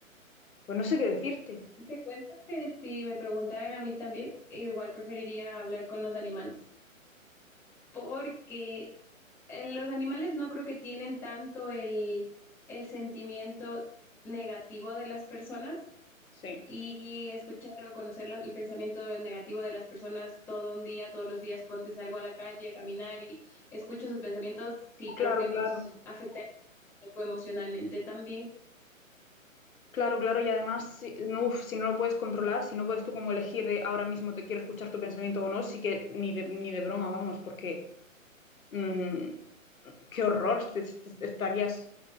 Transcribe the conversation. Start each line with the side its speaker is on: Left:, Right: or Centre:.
Left: Pues no sé qué decirte.
Centre: Te cuento que si me preguntaran a mí también, igual preferiría hablar con los animales, porque eh, los animales no creo que tienen tanto el, el sentimiento negativo de las personas
Left: Sí,
Centre: y escuchar o conocer la- el pensamiento negativo de las personas todo un día, todos los días, ponte salgo a la calle a caminar y escucho esos pensamientos, sí creo
Left: Claro,
Centre: que nos
Left: claro.
Centre: afecta un poco emocionalmente también.
Left: Claro, claro. Y además, si no, uf, si no lo puedes controlar, si no puedes tú como elegir de ahora mismo te quiero escuchar tu pensamiento o no, sí que ni de, ni de broma, vamos, porque mmm, qué horror, te, te, te estarías